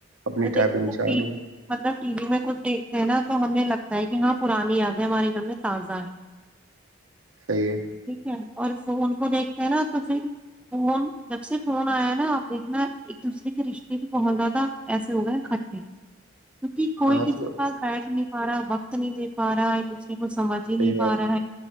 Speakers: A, on the right; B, in the centre.
A: اپنی
B: اور دیکھے
A: ٹائپنگ چالو
B: ٹی وی مطلب ٹی وی میں کچھ دیکھتے ہیں نا تو ہمیں لگتا ہے کہ ہاں پرانی یادیں ہمارے گھر میں تازہ ہے
A: صحیح ہے
B: ٹھیک ہے اور فون کو دیکھتے ہیں نا تو پھر فون جب سے فون آیا نا آپ دیکھنا ایک دوسرے کے رشتے بھی بہت زیادہ ایسے ہو گئے کھٹے کیکہ کوئی
A: ہاں
B: کسی
A: تو
B: کےھ گرائٹ نہیں پا رہا وت پتنی د پارا کو سمجھ
A: صحیح
B: ہی نہیں پا
A: بات
B: رہا ہے